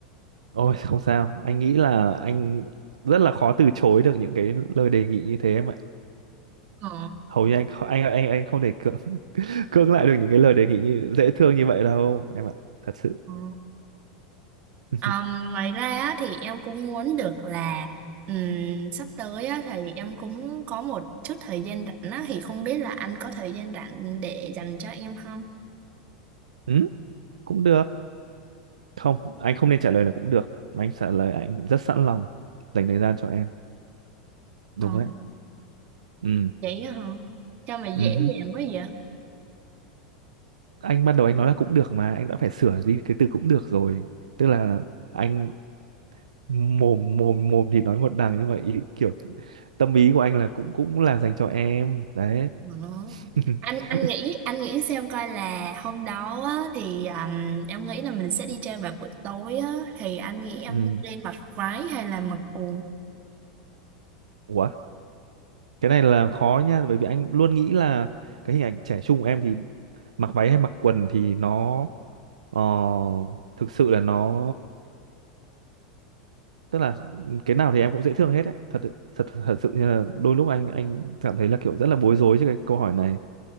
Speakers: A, on the right; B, on the right.
A: ôi không sao anh nghĩ là anh rất là khó từ chối được những cái lời đề nghị như thế em ạ
B: Ờ,
A: <laughs> hầu như anh kh- anh anh anh không thể cưỡng <laughs> cưỡng lại được những cái lời đề nghị như, dễ thương như vậy đâu em ạ thật sự
B: ờ.
A: <laughs>
B: Ờm, ngoài ra á, thì em cũng muốn được là ừm, sắp tới á, thì em cũng có một chút thời gian rảnh á, thì không biết là anh có thời gian rảnh để dành cho em không?
A: ừ, cũng được Không, anh không nên trả lời là cũng được. Mà anh trả lời anh rất sẵn lòng dành thời gian cho em. Đúng
B: Ờ.
A: đấy. Ừ.
B: vậy á hả sao mà dễ
A: ừ hứ.
B: dàng quá vậy
A: Anh ban đầu anh nói là cũng được mà anh đã phải sửa đi cái từ cũng được rồi. Tức là anh mồm mồm mồm thì nói một đằng nhưng mà ý, kiểu tâm ý của anh là cũng cũng là dành cho em đấy.
B: Ờ.
A: <laughs>
B: anh anh nghĩ anh nghĩ xem coi là hôm đó á, thì um, em nghĩ là mình sẽ đi chơi vào buổi tối á, thì anh nghĩ em
A: ừ.
B: lên mặc váy hay là mặc quần
A: Ủa, cái này là khó nha bởi vì anh luôn nghĩ là cái hình ảnh trẻ trung của em thì mặc váy hay mặc quần thì nó ờ, thực sự là nó tức là cái nào thì em cũng dễ thương hết đấy thật thật thật sự như là đôi lúc anh anh cảm thấy là kiểu rất là bối rối trước cái câu hỏi này